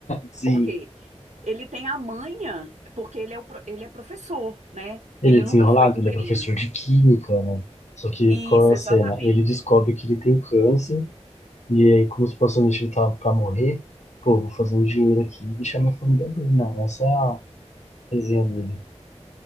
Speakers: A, on the left (about 80°); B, on the right (about 80°).
A: Sim,
B: Por quê? Ele tem a manha, porque ele é, o, pro- ele é professor, né?
A: ele
B: Ele
A: é desenrolado,
B: nunca foi do
A: ele
B: crime.
A: é professor de química, né? Só que
B: Isso,
A: qual é a
B: exatamente.
A: cena? Ele descobre que ele tem câncer, e aí, como supostamente ele tá pra morrer, pô, vou fazer um dinheiro aqui e deixar minha família bem. Não, essa é a resenha dele.